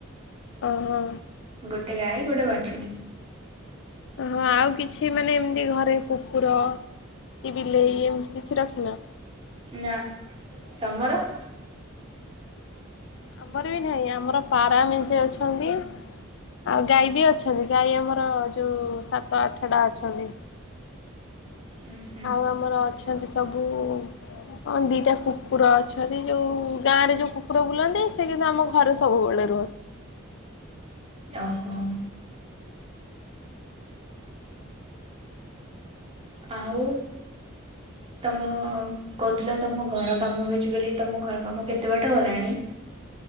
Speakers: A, on the left; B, on the right.
A: ଓହୋ
B: ଗୋଟେ ଗାଈ ଗୋଟେ ବାଛୁରୀ।
A: ଓହଁ ଆଉ କିଛି ମାନେ ଏମିତି ଘରେ କୁକୁର କି ବିଲେଇ ଏମିତି କିଛି ରଖିନ।
B: ନା ତମର
A: ଆମର ବି ନାହିଁ ଆମର ପାରା ମେଚେ ଅଛନ୍ତି। ଆଉ ଗାଈ ବି ଅଛନ୍ତି ଗାଈ ଆମର ଯୋଉ ସାତ ଆଠଟା ଅଛନ୍ତି।
B: ହୁଁ <inaudible>
A: ଆଉ ଆମର ଅଛନ୍ତି ସବୁ ହଁ ଦିଟା କୁକୁର ଅଛନ୍ତି ଯୋଉ ଗାଁ ରେ ଯୋଉ କୁକୁର ବୁଲନ୍ତି ସେ କିନ୍ତୁ ଆମ ଘର ସବୁବେଳେ
B: ଓହୋ ଆଉ ତମ କହୁଥିଲ ତମ ଘର କାମ ହଉଛି ବୋଲି ତମ ଘର କାମ କେତେ ବାଟ ଗଲାଣି।